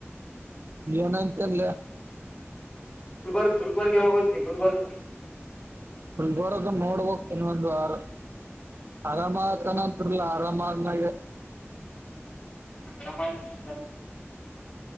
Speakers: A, on the right; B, on the left.
A: ಏನಂತಲ್ಲ
B: ಗುಲ್ಬರ್ಗ ಗುಲ್ಬರ್ಗ ಯಾವಾಗಾಗತ ಗುಲ್ಬರ್ಗ
A: ನೋರಕ ನೋಡ್ಬಕ್ ಇನ್ನೊಂದುಾರ ಆರಾಮತಾನಂತರ್ಲ ಆರಾಮ ಆದನಾಗೆ
B: <inaudible>